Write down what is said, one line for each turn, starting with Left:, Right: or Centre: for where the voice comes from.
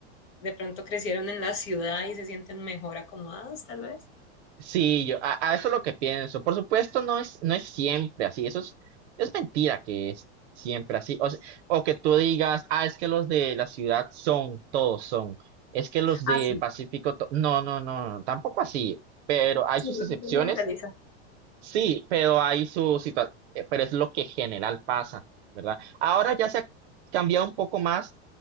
Left: de pronto crecieron en la ciudad y se sienten mejor acomodados, tal vez.
Right: Sí, yo, a, a eso es lo que pienso. Por supuesto, no es, no es siempre así. Eso es, es mentira que es siempre así. O, se- o que tú digas, ah, es que los de la ciudad son, todos son. Es que los
Left: Ah,
Right: de
Left: sí,
Right: Pacífico, to-". no, no, no, no, tampoco así. Pero hay
Left: sí,
Right: sus
Left: no
Right: excepciones,
Left: se puede generalizar.
Right: sí, pero hay su situación, pero es lo que general pasa, ¿verdad? Ahora ya se ha cambiado un poco más